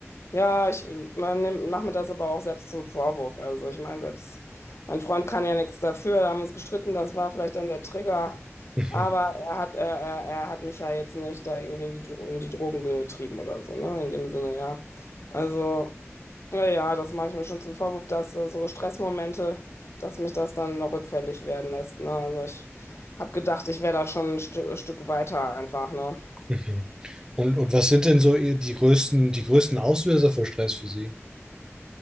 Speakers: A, on the left (about 65°); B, on the right (about 15°).
A: ja, ich man nimmt- mach mir das aber auch selbst zum Vorwurf. Also ich meine, selbst mein Freund kann ja nichts dafür, da haben wir uns gestritten, das war vielleicht dann der Trigger,
B: <laughs>
A: aber er hat, er, er, er hat mich ja jetzt nicht da irgendwie in die, Dro- in die Drogen getrieben oder so, ne? In dem Sinne, ja. Also, naja, das mache ich mir schon zum Vorwurf, dass äh, so Stressmomente, dass mich das dann noch rückfällig werden lässt, ne? Also ich habe gedacht, ich wäre da schon ein Stück, Stück weiter einfach, ne?
B: Mhm, mhm. Und, und was sind denn so ihr- die größten, die größten Auslöser für Stress für Sie? <laughs>